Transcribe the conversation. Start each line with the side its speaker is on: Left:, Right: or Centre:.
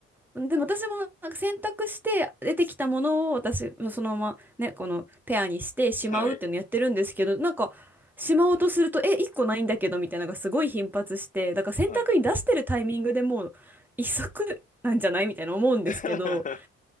Centre: でも私もなんか選択して出てきたものを私そのままねこのペアにしてしまうっていうのやってるんですけどなんかしまおうとするとえ1個ないんだけどみたいなのがすごい頻発してだから選択に出してるタイミングでもう一足なんじゃないみたいな思うんですけど
Left: はい。はい。<laughs>